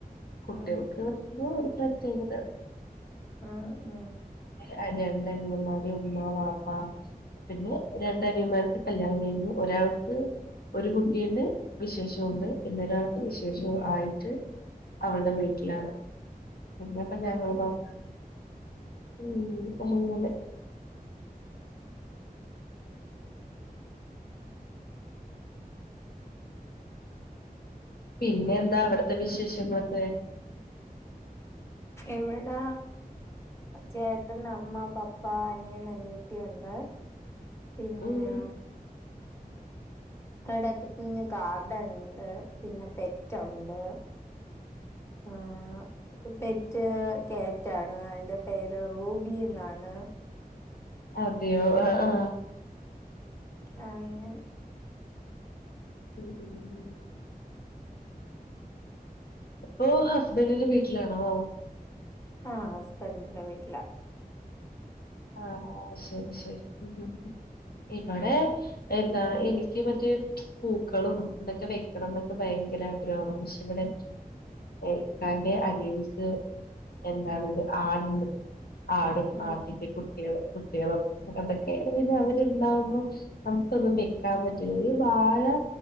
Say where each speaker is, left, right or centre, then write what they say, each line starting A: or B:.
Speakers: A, on the left; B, on the left.
A: കുട്ടിൾക്ക്.
B: ഉം
A: എന്തൊരു. പ്ര ചെയ്ത്...
B: അ. ആ....
A: അ. രണ്ട് അനിയമ്മാര്. ഉമ്മ. വാപ്പ പിന്നെ രണ്ടനിയമാർക്ക്. കല്യാണം കഴിഞ്ഞ്. ഒരാൾക്ക് ഒരു കുട്ടീണ്ട്. വിശേഷോണ്ട് പിന്നെൊരാൾക്ക് വിശേശോ. ആയിട്ട്... അവൾടെ. വീട്ടിലാണ്.. പിന്നെപ്പ. ഞങ്ങൾ
B: ഉം
A: മാത്രം മ്. ങ്ങനെ പിന്നെ എന്താ അവ്ട്ത്തെ വിശേഷങ്ങളൊക്കെ
B: ഇവ്ടെ ചേട്ടൻ അമ്മ പപ്പ അനിയൻ അനിയത്തിയോണ്ട് പിന്നെ
A: ഉം
B: ഇവ്ടെക്കെ കുഞ് ഗാർഡൻ ണ്ട് പിന്നെ പെറ്റൊണ്ട് ആഹ് പെറ്റ് ക്യാറ്റ് ആണ് അയിന്റെ പേര് റൂബി ന്ന് ആണ്
A: അതെയോ ആ ആ
B: ആങ്ങനെ
A: ഉം ഉം ഉ ഇപ്പൊ ഹസ്ബൻഡിന്റെ വീട്ടിലാണോ
B: ആഹ് ഹസ്ബൻഡിന്റെ വീട്ടിലാ
A: ആഹ് ശരി ശരി ഉം ഇവടെ എന്താണ് എനിക്ക് മറ്റേ പൂക്കളും ഇതൊക്കെ വെക്കണം എന്നൊക്കെ ഭയ ഭയങ്കര ആഗ്രഹാ പഷേ ഇവ്ടെ ഇക്കാന്റെ അനിയന്ക്ക് എന്താണ് ഇവ്ടെ ആട്ണ്ട് ആടും
B: ഉം
A: ആട്ടി കുട്ട്യാള് കുട്ടികളും അതൊക്കെ പിന്നെ അവര്ണ്ടാവുമ്പോ നമുക്കൊന്നും വെക്കാൻ പറ്റില്ലല്ലോ ആടാ